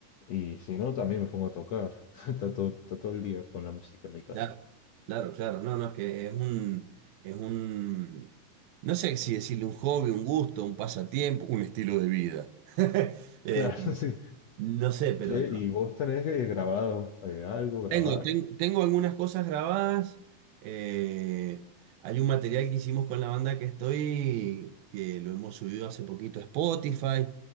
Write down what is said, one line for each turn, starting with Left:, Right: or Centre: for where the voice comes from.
Left: y si no, también me pongo a tocar. <laughs> Está todo, está todo el día con la música en mi casa.
Right: Ya, claro, claro. No, no, es que es un, es un, no sé si decirle un hobby, un gusto, un pasatiempo, un estilo de vida. <laughs> Eh,
Left: Claro, <laughs> sí.
Right: no sé, pero
Left: Che,
Right: no.
Left: ¿y vos tenés eh, grabado eh, algo? ¿Grabás?
Right: Tengo, ten- tengo algunas cosas grabadas. eh, hay un material que hicimos con la banda que estoy, que lo hemos subido hace poquito a Spotify